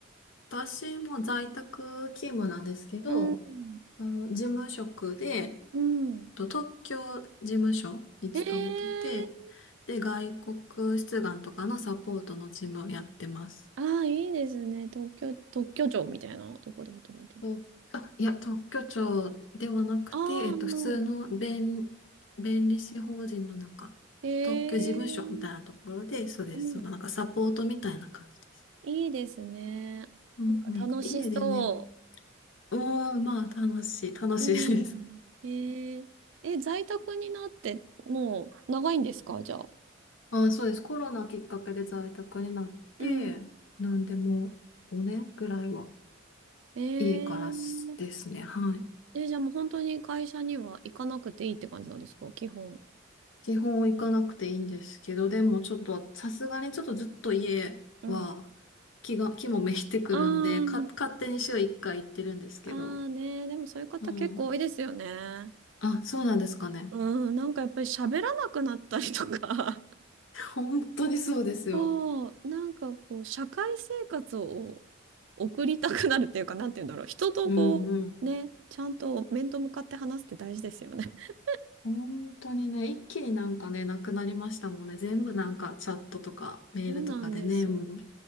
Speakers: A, on the left; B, on the right.
A: 私も在宅勤務なんですけど、
B: うん。
A: あの、事務職で、
B: うん。
A: と特許事務所に勤めてて、
B: えー
A: で、外国出願とかのサポートの事務をやってます。
B: ああ、いいですね。特許、特許庁みたいなとこで働いてる。
A: と、あ、いや、特許庁ではなくて、
B: ああ、
A: えっと、
B: うん。
A: 普通の弁、弁理士法人の中、
B: ええ
A: 特許事務所みたいなところで、そうです。
B: うん。
A: そのなんかサポートみたいな感じです。
B: いいですね。
A: うんうん。
B: なんか楽しそ
A: 家でね。うん、まあ、楽しい、楽しいです。
B: う。うん。えええ、在宅になって、もう長いんですかじゃあ。
A: <laughs> あ、そうです。コロナきっかけで在宅になって、
B: うん。
A: なんでも5ねんぐらいは
B: え
A: 家からですね。
B: え
A: はい。
B: え、じゃあもう本当に会社には行かなくていいって感じなんですか基本。
A: 基本行かなくていいんですけど、でもちょっと、さすがにちょっとずっと家は
B: うん。
A: 気が、気もめいてくるんで、
B: ああ、
A: か、勝手に週1回行ってるんですけど。
B: ああね。でもそういう方結構多いですよね。
A: うん。あ、そうなんですかね。
B: うん、なんかやっぱり喋らなくなったりとか、
A: 本当にそうですよ。
B: <laughs> そう、なんかこう、社会生活を送りたくなるっていうか、なんて言うんだろう、人とこう、
A: うんうん。
B: ね、ちゃんと面と向かって話すって大事ですよね。<laughs>
A: 本当にね、一気になんかね、なくなりましたもんね。全部なんかチャットとかメールとかでね、
B: そうなんですよ。
A: もう